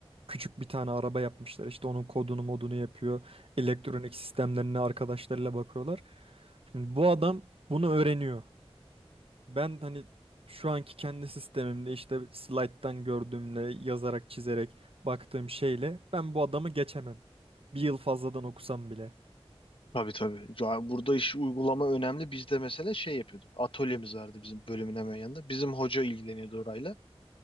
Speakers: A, on the right; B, on the left.
A: küçük bir tane araba yapmışlar. İşte onun kodunu modunu yapıyor. Elektronik sistemlerine arkadaşlarıyla bakıyorlar. Şimdi bu adam bunu öğreniyor. Ben hani şu anki kendi sistemimde işte slide'dan gördüğümle yazarak çizerek baktığım şeyle ben bu adamı geçemem. Bir yıl fazladan okusam bile.
B: Tabii tabii. Ya burada iş uygulama önemli. Biz de mesela şey yapıyorduk. Atölyemiz vardı bizim bölümün hemen yanında. Bizim hoca ilgileniyordu orayla.